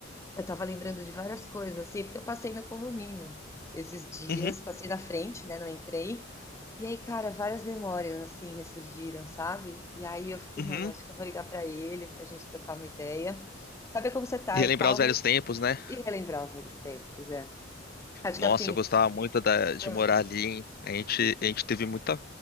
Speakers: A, on the left (about 15°); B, on the left (about 50°).
A: Eu estava lembrando de várias coisas, assim, porque eu passei no condomínio esses dias,
B: Uhum,
A: passei na frente, né? Não entrei. E aí, cara, várias memórias, assim, ressurgiram, sabe? E aí eu fiquei,
B: uhum.
A: mano, acho que eu vou ligar pra ele, pra gente trocar uma ideia, saber como você tá
B: Relembrar
A: e tal,
B: os velhos
A: mas
B: tempos, né?
A: e relembrar os velhos tempos, é. Acho
B: Nossa,
A: que assim.
B: eu gostava muito da- de
A: ah,
B: morar ali. hein? A gente, a gente teve muita,